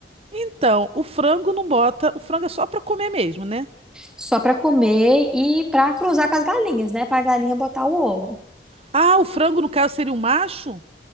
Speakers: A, on the right; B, in the centre.
A: Então, o frango não bota. O frango é só pra comer mesmo, né?
B: Só pra comer e pra cruzar com as galinhas, né? Pra galinha botar o ovo.
A: Ah, o frango, no caso, seria um macho?